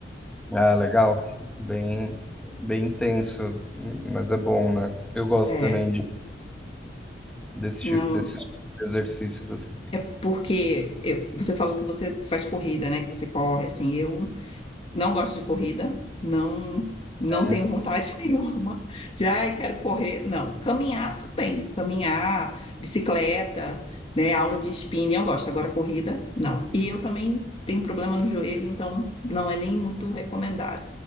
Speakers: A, in the centre; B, on the left.
A: Ah, legal. Bem, bem intenso, mas é bom, né? Eu gosto
B: É,
A: também de, desse
B: não,
A: tipo, desses exercícios assim.
B: é porque eu- você falou que você faz corrida, né? Que você corre, assim, eu não gosto de corrida, não não
A: Uhum.
B: tenho vontade <laughs> nenhuma de, ai, quero correr. Não, caminhar, tudo bem. Caminhar, bicicleta, né, aula de spinning, eu gosto. Agora, corrida, não. E eu também tenho problema no joelho, então não é nem muito recomendado.